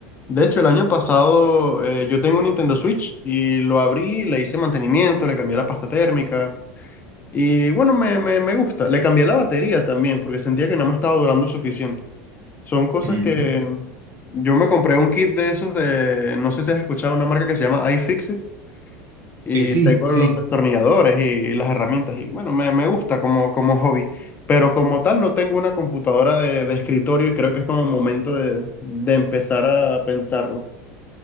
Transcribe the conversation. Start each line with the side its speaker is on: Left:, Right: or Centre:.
Left: De hecho, el año pasado eh, yo tengo un Nintendo Switch y lo abrí, le hice mantenimiento, le cambié la pasta térmica y bueno, me, me, me gusta. Le cambié la batería también porque sentía que no me estaba durando suficiente. Son cosas
Right: Mm.
Left: que yo me compré un kit de esos de, no sé si has escuchado una marca que se llama iFixit y
Right: Eh, sí,
Left: tengo
Right: sí.
Left: los destornilladores y las herramientas y bueno, me, me gusta como, como hobby, pero como tal no tengo una computadora de, de escritorio y creo que es como momento de, de empezar a pensarlo.